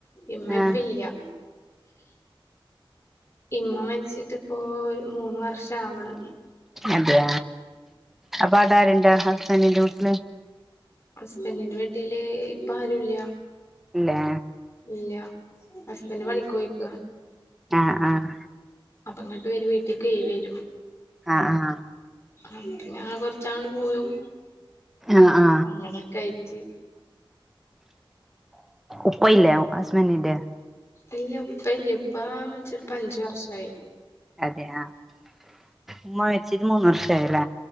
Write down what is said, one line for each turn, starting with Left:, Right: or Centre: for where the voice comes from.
Left: ഇമ്മപ്പല്ല
Centre: ആ
Left: ഇമ്മ മരിച്ചിട്ടിപ്പോ ഒര് മൂന്ന് വർഷം ആവ്ണ്
Centre: അതെ അപ്പ ടാര് ണ്ട് ഹസ്ബന്റിന്റെ വീട്ടില്
Left: ഹസ്ബൻന്റിന്റെ വീട്ടില് ഇപ്പ ആരുല്ല
Centre: ഇല്ലേ
Left: ഇല്ല ഹസ്ബൻന്റ് പണിക്കോ യേക്ക
Centre: ആഹ് ആഹ്
Left: അപ്പൊ ഇങ്ങട്ട് വരും വീട്ടിലക്കേയ് വരും
Centre: ആ ആ
Left: അപ്പ ഞങ്ങള് കൊറച്ച പോവും
Centre: ആ ആ
Left: അങ്ങനൊക്കെ ആയിറ്റ്
Centre: ഉപ്പയില്ലേ ഹസ്ബന്റിന്റെ
Left: ഇല്ല ഉപ്പ ഇല്ല ഇപ്പ മരിച് ട്ട് പ്പ അഞ്ച് വർഷായി
Centre: അതെയാ ഉമ്മ മരിപ്പിട്ട് മൂന്ന് വർഷ ആയല്ല